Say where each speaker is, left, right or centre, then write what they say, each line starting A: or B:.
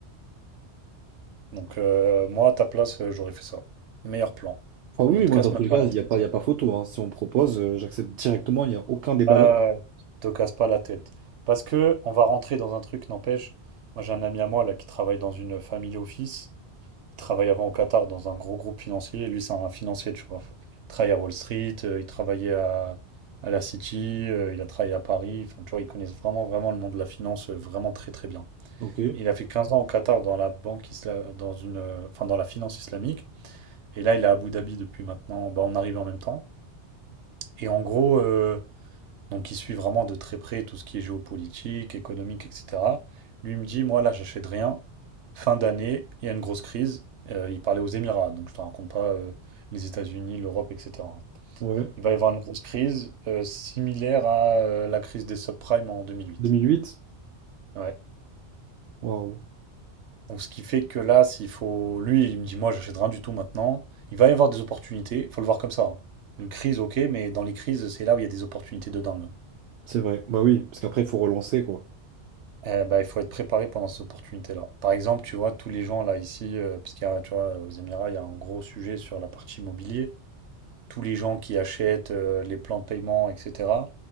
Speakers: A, on the right (about 80°); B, on the right (about 65°).
A: Donc, euh, moi, à ta place, euh, j'aurais fait ça. Meilleur plan.
B: Enfin, oui,
A: Ne
B: oui,
A: te
B: moi,
A: casse
B: dans tous
A: même
B: les
A: pas
B: cas,
A: la
B: il
A: tête.
B: n'y a pas, il y a pas photo. hein. Si on me propose, euh, j'accepte directement, il n'y a aucun débat
A: Ah,
B: là.
A: te casse pas la tête. Parce que on va rentrer dans un truc, n'empêche. Moi, j'ai un ami à moi là qui travaille dans une family office. Il travaillait avant au Qatar dans un gros groupe financier. et Lui, c'est un financier, tu vois. Il travaille à Wall Street, euh, il travaillait à, à la City, euh, il a travaillé à Paris. Enfin, tu vois, ils connaissent vraiment, vraiment le monde de la finance, euh, vraiment très, très bien.
B: Ok,
A: Il a fait 15 ans au Qatar dans la banque isla- dans une, euh, enfin, dans la finance islamique. Et là, il est à Abu Dhabi depuis maintenant. Bah, on arrive en même temps. Et en gros, euh, donc il suit vraiment de très près tout ce qui est géopolitique, économique, etc. Lui il me dit, moi là, j'achète rien. Fin d'année, il y a une grosse crise. Euh, il parlait aux Émirats, donc je te raconte pas euh, les États-Unis, l'Europe, etc.
B: ouais.
A: Il va y avoir une grosse crise euh, similaire à euh, la crise des subprimes en 2008.
B: 2008?
A: Ouais.
B: Waouh.
A: Donc ce qui fait que là, s'il faut, lui, il me dit, moi, j'achète rien du tout maintenant. Il va y avoir des opportunités. Il faut le voir comme ça. hein. Une crise, ok, mais dans les crises, c'est là où il y a des opportunités de dingue. hein.
B: C'est vrai. Bah oui, parce qu'après, il faut relancer, quoi.
A: Eh ben, il faut être préparé pendant ces opportunités-là. Par exemple, tu vois, tous les gens là ici, euh, parce qu'il y a, tu vois, aux Émirats, il y a un gros sujet sur la partie immobilier. Tous les gens qui achètent euh, les plans de paiement, etc.,